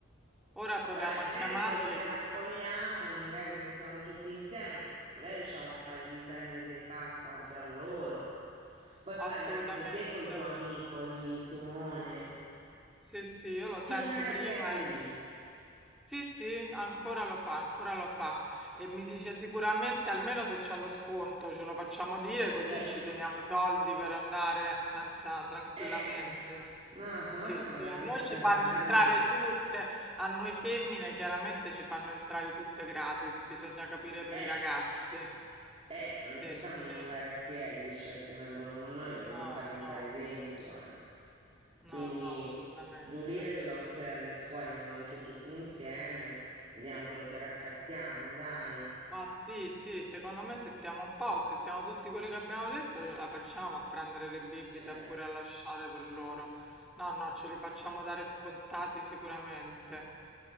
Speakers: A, in the centre; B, on the right.
A: ora proviamo
B: Beh, magari
A: a chiamarli
B: quello che
A: così.
B: raccogliamo, magari li mettiamo tutti insieme, magari riusciamo a fargli prendere dei pass anche a loro. Poi parla
A: Assolutamente.
B: anche te col tuo amico lì, Simone,
A: Sì, sì, io lo sento
B: che non era
A: prima
B: PR
A: e
B: lì.
A: sì, sì, ancora lo fa, ancora lo fa. E mi dice sicuramente almeno se c'è lo sconto, ce lo facciamo dire così
B: Eh,
A: ci teniamo i soldi per andare senza tranquillamente.
B: eh, no, se no
A: Sì,
B: siamo
A: sì,
B: veramente
A: a noi
B: senza
A: ci fanno
B: una
A: entrare
B: lira.
A: tutte, a noi femmine chiaramente ci fanno entrare tutte gratis, bisogna capire per
B: Eh,
A: i ragazzi.
B: eh, non
A: Sì,
B: li possiamo
A: sì.
B: mollare a piedi, cioè se vengono con noi dobbiamo
A: No,
B: farli entrare
A: no,
B: dentro, eh.
A: no,
B: Quindi
A: no, assolutamente.
B: due lire dobbiamo tirarle fuori ma anche tutti insieme. Vediamo quello che raccattiamo, dai.
A: Ma sì, sì, secondo me se siamo un po', se siamo tutti quelli che abbiamo detto, ce la facciamo a prendere le bibite
B: Sì.
A: oppure a lasciare per loro. No, no, ce li facciamo dare scontati sicuramente.